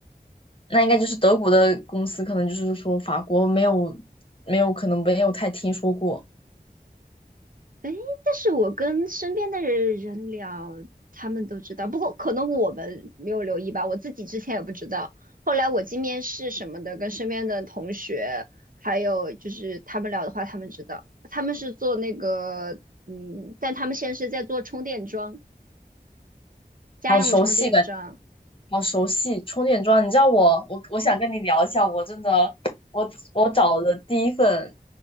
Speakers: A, on the left; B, on the right.
A: 那应该就是德国的公司，可能就是说法国没有没有可能没有太听说过，
B: 哎，但是我跟身边的人聊，他们都知道，不过可能我们没有留意吧，我自己之前也不知道。后来我进面试什么的，跟身边的同学，还有就是他们聊的话，他们知道，他们是做那个，嗯，但他们现在是在做充电桩，家用充电桩，
A: 好熟悉感。好熟悉充电桩，你知道我我我想跟你聊一下，我真的我我找的第一份